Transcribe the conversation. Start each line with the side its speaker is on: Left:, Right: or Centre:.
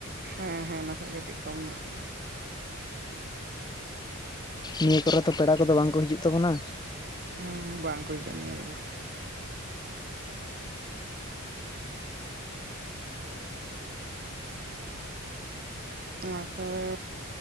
Right: ᱦᱮᱸ ᱦᱮᱸ ᱚᱱᱟ ᱠᱷᱚᱡ ᱠᱟᱹᱴᱤᱡ ᱠᱚᱢ ᱧᱚᱜ ᱜᱮᱭᱟ᱾
Left: ᱱᱤᱭᱟᱹ ᱠᱚᱨᱮ ᱛᱚ ᱯᱮᱲᱟ ᱠᱚᱫᱚ ᱵᱟᱝᱠᱚ ᱦᱤᱡᱩᱜ ᱛᱟᱵᱚᱱᱟ᱾
Right: ᱦᱮᱸ ᱵᱟᱝ ᱠᱚ ᱦᱤᱡᱩᱜᱼᱟ ᱱᱤᱭᱟᱹ ᱨᱮᱫᱚ᱾ ᱚᱱᱟ ᱯᱚᱨᱮ